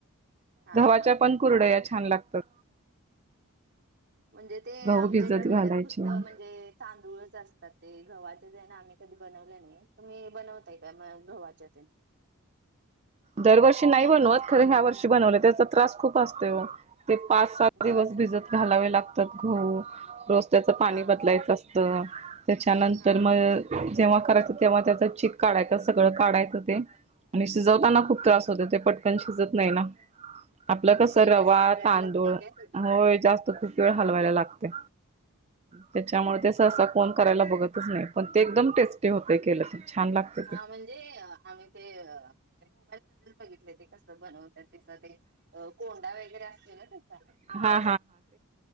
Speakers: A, on the right; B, on the right.
A: हा
B: गव्हाच्या
A: हा
B: पणं कुरडया छान लागतात.
A: म्हंजे ते
B: गहू
A: आमच्या
B: भिजत
A: इकडे म्हंजे
B: घालायचे
A: फक्त म्हंजे तांदूळच असतात ते गव्हाचे ते न आम्ही कधी बनवले नाही तुम्ही बनवताय का गव्हाच्या ते?
B: दरवर्षी नाही बनवत खरं ह्या वर्षी बनवलं, त्याचा त्रास खूप असतोय ओ. ते पाच सात
A: गव्हाच
B: दिवस भिजत घालावे लागतात गहू, रोज त्याचं पाणी
A: हा हा
B: बदलायचं असतं तर त्याच्यानंतर
A: हा
B: मग जेव्हा करायचं तेव्हा त्याचं चीक काढायचं सगळं काढायचं ते आणि शिजवताना
A: हा
B: हो ते पटकन शिजत नाही ना. आपलं
A: मग
B: कसं
A: ते
B: रवा
A: जास्त हलवायला
B: तांदूळ
A: लागतय काय ते
B: होय जास्त खूप वेळ हलवायला लागते. त्याच्यामुळे ते सहसा कोण करायला बघतच नाही पण ते एकदम टेस्टी होतय केलं ते. छान लागते
A: हा म्हणजे आम्ही ते मोबाईल मधेच बघितले ते कस बनवतात- त्याचा ते कोंडा वगैरे असतोय ना त्याचा
B: हा